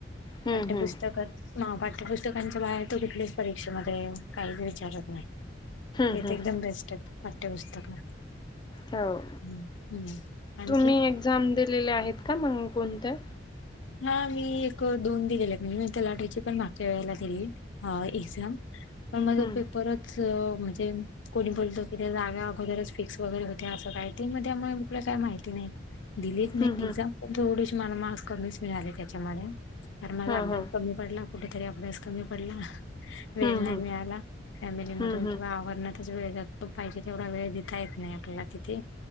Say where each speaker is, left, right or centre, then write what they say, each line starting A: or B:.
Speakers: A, on the left; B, on the left.
A: हम्म
B: पाठ्यपुस्तकात.
A: हम्म
B: म पाठ्यपुस्तकांचा बाहेर तो कुठल्याच परीक्षेमध्ये काहीरीच. विचारत नाही ते
A: हम्म हम्म
B: तर एकदम बेस्ट पाठ्यपुस्तक.
A: हो
B: हम्म आणखीन
A: तुम्ही एक्झाम दिलेले आहेत का मग कोणते्या.
B: हा मी एक दोन दिलेले आहेत म्हणजे मी त्या लाट्याची पण मागच्या वेळेला दिली. हा एक्झाम पण माझा
A: हम्म
B: पेपर बरच म्हणजे. कोणी बोलतो कि त्या जाग्या अगोदरच फिक्स वगैरे होते असं काही ते मग त्यामुळे कुठल्या काही माहिती नाही. दिलीत मी
A: हम्म हम्म
B: एक्झाम पण थोडेसे मला मार्क्स कमीच मिळाले त्याच्यामध्ये कारन माझा
A: हा
B: अभ्यास
A: हा
B: कमी. पडला कुठेतरी अभ्यास क पडला वेळ
A: हम्म
B: नाही
A: हम्म
B: मिळाला फमिलीमधून
A: हम्म हम्म
B: किंवा आवरण्यात. त वेळ जातो पाहिजे तेवढा वेळ देता येत नाही आपल्याला तिथे